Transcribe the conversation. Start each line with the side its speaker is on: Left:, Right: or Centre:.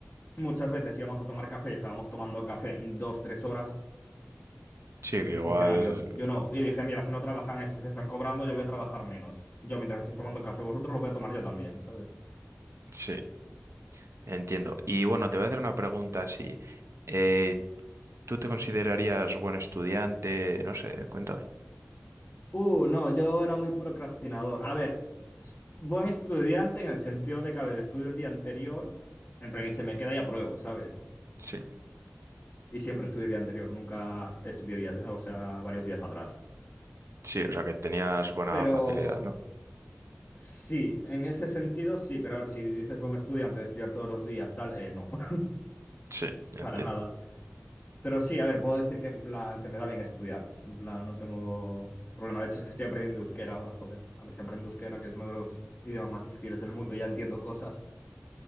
Left: muchas veces íbamos a tomar café y estábamos tomando café dos, tres horas.
Right: sí,
Left: Quiero
Right: que
Left: decir,
Right: igual,
Left: funcionarios. Yo no. Y dije, mira, si no trabajan estos que están cobrando, yo voy a trabajar menos. Yo, mientras estéis tomando café vosotros, lo voy a tomar yo también, ¿sabes?
Right: sí, entiendo. Y bueno, te voy a hacer una pregunta así. Eh, ¿tú te considerarías buen estudiante? No sé, cuéntame.
Left: Uh, no, yo era muy procrastinador. A ver, s- buen estudiante en el sentido de que, a ver, estudio el día anterior, en plan, y se me queda y apruebo, ¿sabes?
Right: Sí,
Left: Y siempre estudio el día anterior, nunca estudié días, o sea, varios días atrás.
Right: sí, o sea que tenías buena
Left: Pero
Right: facilidad, ¿no?
Left: sí, en ese sentido sí, pero a ver, si dices buen estudiante de estudiar todos los días, tal, eh, no, <laughs>
Right: Sí, entiendo.
Left: para nada. Pero sí, a ver, puedo decir que en plan se me da bien estudiar. En plan, no tengo problema. De hecho, es que estoy aprendiendo euskera ahora, joder. A ver si aprendo euskera, que es uno de los idiomas más difíciles del mundo. Ya entiendo cosas.